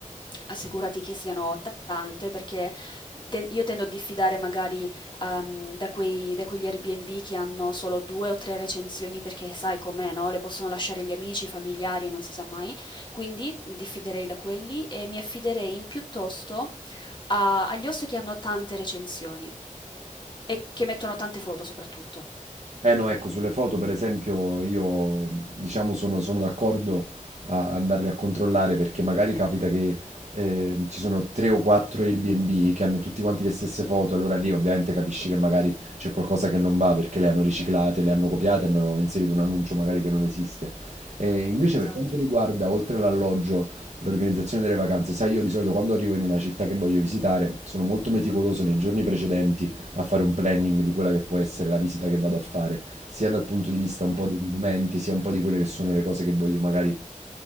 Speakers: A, on the left; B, on the right.
A: Assicurati che siano t- tante perché te- io tendo a diffidare magari ehm, da quei- da quegli Airbnb che hanno solo due o tre recensioni perché sai com'è, no? Le possono lasciare gli amici, i familiari e non si sa mai. Quindi diffiderei da quelli e mi affiderei piuttosto a- agli host che hanno tante recensioni e che mettono tante foto soprattutto.
B: Eh no, ecco, sulle foto per esempio io diciamo sono, sono d'accordo a andarle a controllare perché magari capita che eh, ci sono tre o quattro Airbnb che hanno tutti quanti le stesse foto, allora lì ovviamente capisci che magari c'è qualcosa che non va perché le hanno riciclate, le hanno copiate, hanno inserito un annuncio magari che non esiste. E invece per
A: Esatto.
B: quanto riguarda, oltre all'alloggio, l'organizzazione delle vacanze, sai, io di solito quando arrivo in una città che voglio visitare sono molto meticoloso nei giorni precedenti a fare un planning di quella che può essere la visita che vado a fare, sia dal punto di vista un
A: Mm,
B: po' dei monumenti, sia un po' di quelle che sono le cose che voglio magari